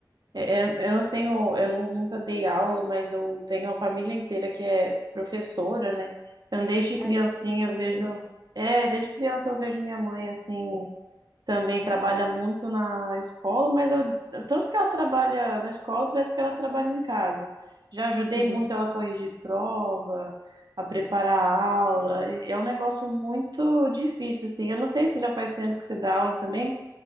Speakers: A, on the right; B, on the left.
A: É, Eu, eu não tenho, eu nu- nunca dei aula, mas eu tenho uma família inteira que é professora, né? Então, desde
B: Aí
A: criancinha
B: você sabe.
A: eu vejo, é, desde criança eu vejo minha mãe, assim, também trabalha muito na escola, mas eu, tanto que ela trabalha na escola, parece que ela trabalha em casa. Já ajudei
B: Uhum.
A: muito ela a corrigir prova, a preparar a aula. E É um negócio muito difícil, assim. Eu não sei se já faz tempo que você dá aula também,